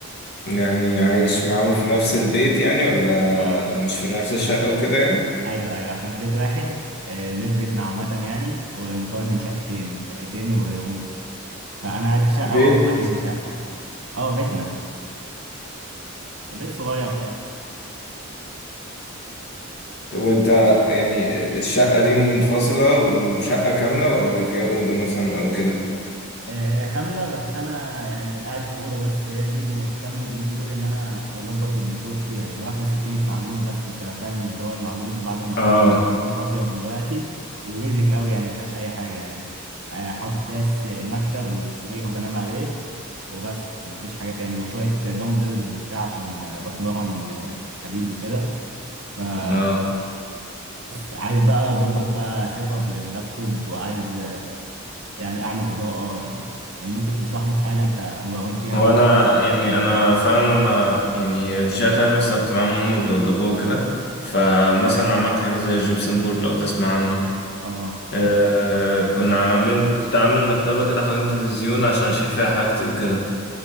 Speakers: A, on the left (about 50°); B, on the right (about 75°).
A: يعني عايش معاهم في نفس البيت يعني ولا
B: اه
A: مش في نفس الشقة وكده يعني
B: ايوه ايوه احنا في بيت واحد آه، البيت بيتنا عامة يعني ومكون من شقتين شقتين وروف فانا قاعد في شقة
A: بيت
B: وهم قاعدين في شقة اه بيتنا بيت صغير كده
A: طب وانت يعني الشقة دي منفصلة وشقة كاملة ولا فيها أوضة مثلا او كده
B: آه، هي كاملة بس أنا يعني قاعد في أوضة بس هي دي اللي مهتم اليومين دول إن أنا أظبط الديكور فيها يعني واخدة سكينة معجون بس أنت فاهم اللي هو المعجون اللي بعد المحط
A: اه
B: لونها أبيض دلوقتي وبيزك أوي يعني مفيهاش أي حاجة يعني آه، حاطط فيها الس- المكتب والسرير اللي بنام عليه وبس مفيش حاجة تاني وشوية دمبلز وبتاع عشان آه، بتمرن آه، حديد وكده فبس
A: اه
B: عايز بقى أظبط بقى سيت أب لللابتوب وعايز يعني اعمل اضاءه يعني من ممكن تنصحني بحاجه انت مريت بيها
A: هو
B: قبل
A: انا يعني انا فعلا لما يعني دي شهادة هلبس كنت معاهم هم بيوضبوها وكده فمثلا
B: مم.
A: عملت حاجه زي الجبسن بورد لو تسمع عنه
B: اه
A: أه كنا عامل كنت عامل مكتبه كده حوالين تلفزيون عشان اشيل فيها حاجتي وكده